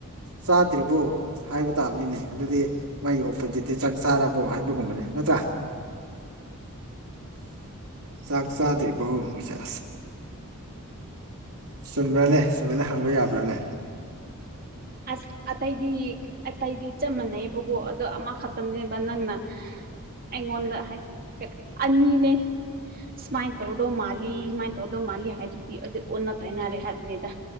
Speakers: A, on the right; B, on the right.
A: ꯆꯥꯗ꯭ꯔꯤꯕꯣ ꯍꯥꯏꯕ ꯇꯥꯕꯅꯤꯅꯦ ꯑꯗꯨꯗꯤ ꯃꯥꯒꯤ ꯑꯣꯄꯣꯖꯤꯠꯇꯤ ꯆꯥꯛ ꯆꯥꯔꯕꯣ ꯍꯥꯏꯕꯒꯨꯝꯕꯅꯦ ꯅꯠꯇ꯭ꯔꯥ ꯁꯥꯛ ꯁꯥꯗ꯭ꯔꯤ ꯕ ꯍ ꯆꯨꯝꯕ꯭ꯔꯅꯦ ꯁꯨꯃꯥꯏꯅ ꯍꯪꯕ ꯌꯥꯕ꯭ꯔꯥꯅꯦ
B: ꯑꯁ ꯑꯇꯩꯗꯤ ꯑꯇꯩꯗꯤ ꯆꯞ ꯃꯥꯟꯅꯩꯑꯕꯀꯣ ꯑꯗꯣ ꯑꯃꯈꯛꯇꯅꯦꯕ ꯅꯪꯅ ꯑꯩꯉꯣꯟꯗ ꯍꯥꯏꯗꯤ ꯑꯅꯤꯅꯦ ꯁꯨꯃꯥꯏꯅ ꯇꯧꯗꯧ ꯃꯥꯜꯂꯤ ꯁꯨꯃꯥꯏꯅ ꯇꯧꯗꯧ ꯃꯥꯜꯂꯤ ꯍꯥꯏꯗꯨꯗꯤ ꯑꯗꯨ ꯑꯣꯟꯅ ꯇꯩꯅꯅꯔꯦ ꯍꯥꯏꯕꯅꯤꯗ